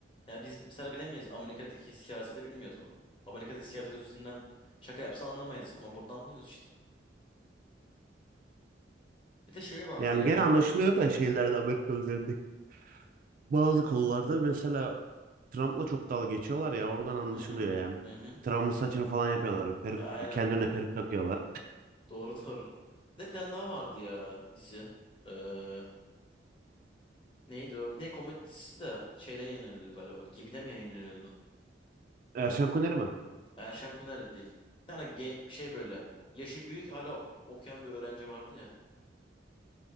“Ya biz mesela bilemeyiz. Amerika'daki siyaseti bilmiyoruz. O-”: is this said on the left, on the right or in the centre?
Left